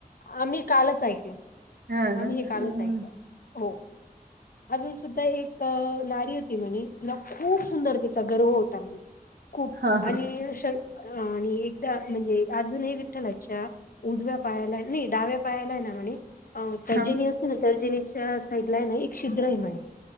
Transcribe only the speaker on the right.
हां ना.
हां, हां.
हां, हां.
हां,